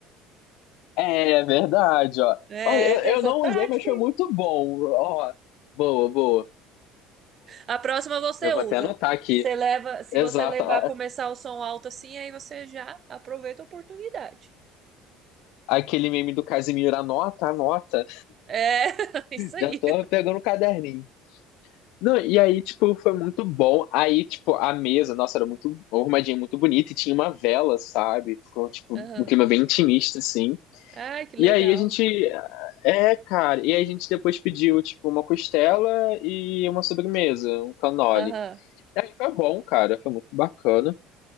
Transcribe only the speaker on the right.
É,
tem essa
tática.
aí.
A próxima você
usa.
Você leva, se
você levar
começar o som alto assim, aí você já aproveita a oportunidade.
É, <laughs> isso aí.
Aham.
Ai, que legal.
Aham.